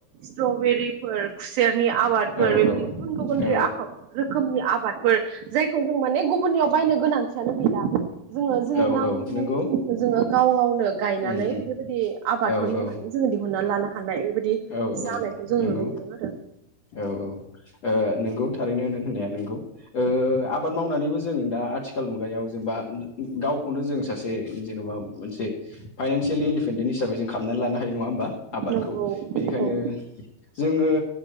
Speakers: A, on the right; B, on the left.
A: स्ट्रबेरिफोर खुसेर नि आबादफोर
B: औ
A: बेबायदि
B: औ
A: गुबुन गुबुन रोखोमनि आबादफोर जायखौ जों माने गुबुननियाव बायनो गोनांथियानो गैला जोङो जोंनि
B: औ
A: नांगौखिनिखौ
B: औ नंगौ
A: जोङो गाव गावनो गायनानै
B: उम उम
A: बेबायदि आबादफोर
B: औ
A: मावनानै
B: औ
A: जोङो दिहुनना लानो हानाय बेबायदि
B: औ
A: जानायखौ
B: औ
A: जों
B: नंगौ
A: नुनो मोनो। मोनदों आरो
B: औ औ ओ नंगौ थारैनो नों होननाया नोंगौ ओ आबाद मावनानैबो जों दा आथिखाल मुगायाव जेनेबा गावखौनो जों सासे जेन'बा मोनसे फाइनान्सियेलि इन्दिपेन्डेन्ट हिसाबै जों खालामनानै लानो हायो नङा होमबा आबादखौ
A: नंगौ
B: बेनिखायनो
A: औ
B: जों जोङो